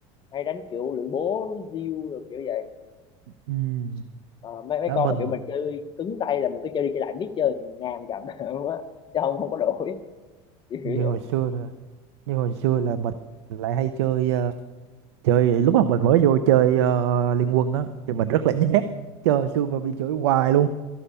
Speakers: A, on the left (about 35°); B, on the right (about 80°).
A: hay đánh kiểu lưỡi bố diêu rồi kiểu vậy
B: ừ.
A: Ờ, mấy mấy
B: ở
A: con
B: mình
A: mà kiểu mình chơi cứng tay là mình cứ chơi đi chơi lại biết chơi ngàn chậm <laughs> á chứ không không có đổi kiểu
B: như
A: vậy
B: hồi xưa rồi như hồi xưa là mình lại hay chơi ờ, chơi lúc mà mình mới vô chơi ờ, Liên Quân á thì mình rất là nhát chơi xui mà bị chửi hoài luôn